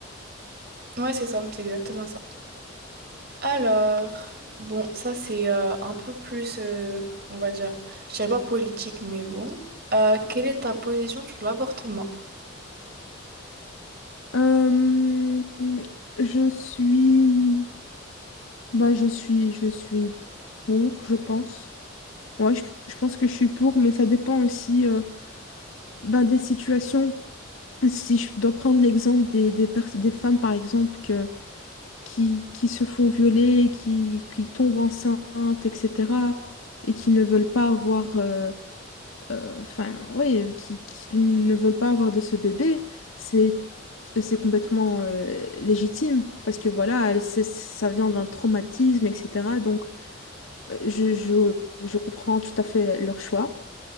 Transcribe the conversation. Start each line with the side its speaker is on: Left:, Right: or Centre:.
Right: Ouais, c'est ça, c'est exactement ça. Alors, bon, ça c'est euh, un peu plus, euh, on va dire, je dirais pas politique, mais bon. Euh, quelle est ta position sur l'avortement?
Left: Euh, je suis... Bah, je suis, je suis pour, je pense. Ouais, je, je pense que je suis pour, mais ça dépend aussi euh, ben, des situations. Si je dois prendre l'exemple des, des, pers- des femmes, par exemple, que, qui, qui se font violer, qui, qui tombent enceintes, etc., et qui ne veulent pas avoir, euh, euh, enfin, ouais, qui, qui ne veulent pas avoir de ce bébé, c'est, c'est complètement euh, légitime, parce que voilà, elle- c'est- ça vient d'un traumatisme, etc. Donc, euh, je, je, je comprends tout à fait leur choix.